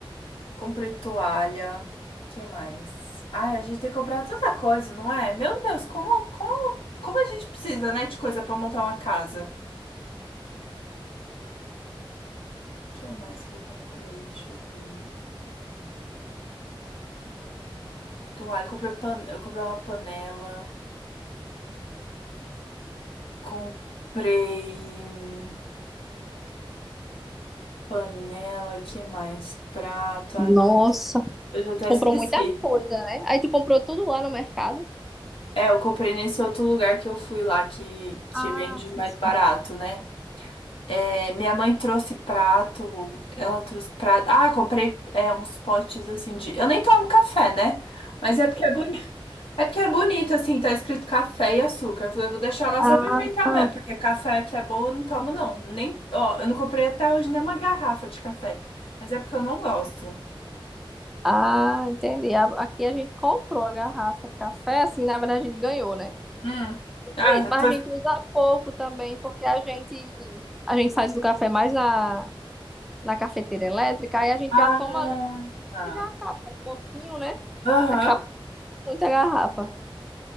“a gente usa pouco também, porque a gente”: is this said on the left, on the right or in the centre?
Centre